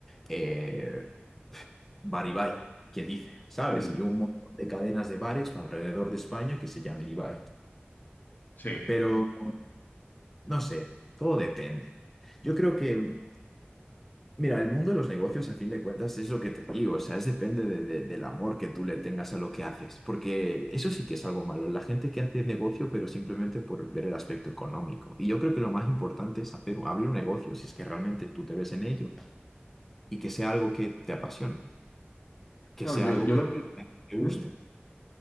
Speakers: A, in the centre; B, on the left (about 50°).
A: eh, Bar Ibai, quién dice, ¿sabes?
B: Mm,
A: Y un montón de cadenas de bares alrededor de España que se llamen Ibai.
B: Sí.
A: Pero no sé, todo depende. Yo creo que Mira, el mundo de los negocios, a fin de cuentas, es lo que te digo, o sea, es depende de- de- del amor que tú le tengas a lo que haces, porque eso sí que es algo malo, la gente que hace negocio, pero simplemente por ver el aspecto económico. Y yo creo que lo más importante es hacer, abrir un negocio, si es que realmente tú te ves en ello, y que sea algo que te apasione, que
B: Claro,
A: sea
B: yo,
A: algo
B: yo
A: que
B: lo que...
A: te
B: ¿Mm?
A: guste.